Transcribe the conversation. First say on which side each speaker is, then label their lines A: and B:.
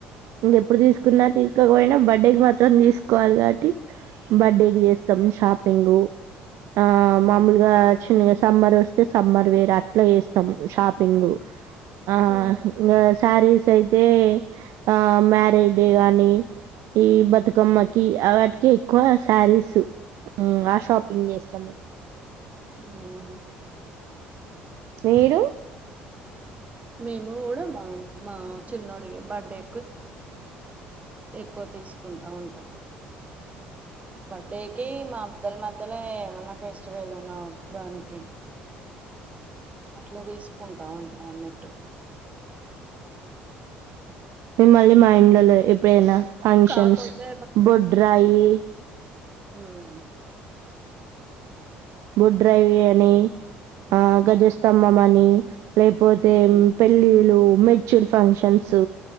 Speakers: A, on the right; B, on the right.
A: ఇంగెప్పుడు తీసుకున్నా తీసుకోకపోయినా బర్త్డేకి మాత్రం తీసుకోవాలి కాబట్టి బర్త్డేకి చేస్ షాపింగ్ ఆ మామూలుగా చిన్నగా సమ్మర్ వస్తే సమ్మర్ వేర్ అప్లై చేస్తాం షాపింగ్ ఆ
B: హ్మ్
A: ఇంగా శారీస్ అయితే ఆహ్, మ్యారేజ్ డే గాని ఈ బతుకమ్మకి వాటికే ఎక్కువ శారీస్ ఉమ్ ఆ షాపింగ్ చేస్తాము
B: హ్మ్
A: మీరు
B: మేము గూడా మా మా చిన్నోడి బర్త్డే ఎక్కువ తీసుకుంటా ఉంటాం బర్త్డేకి మా ఇద్దల మధ్యలో ఏమన్నా ఫెస్టివల్ ఉన్నా దానికి అట్ల తీసుకుంటా అంటాం అన్నట్టు
A: మిమ్మల్ళీ మా ఇండ్లోలో ఎప్పుడైనా ఫంక్షన్స్
B: కాపోతే
A: బొడ్రాయి.
B: అవును.
A: బొడ్రాయి అని ఆహ్ గజస్తంభం అని. లేకపోతే
B: ఉమ్
A: పెళ్ళిళ్ళు మెచ్యూర్ ఫంక్షన్స్